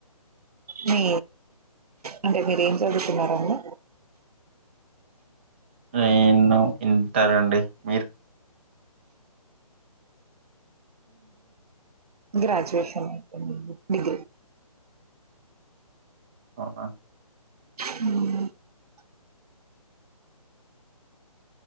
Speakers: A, on the right; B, on the right.
A: మీ అంటే మీరేం చదువుతున్నారండి
B: నేను ఇంటర్ అండి మీరు
A: గ్రాడ్యుయేషన్ డిగ్రీ
B: అవునా
A: <inaudible>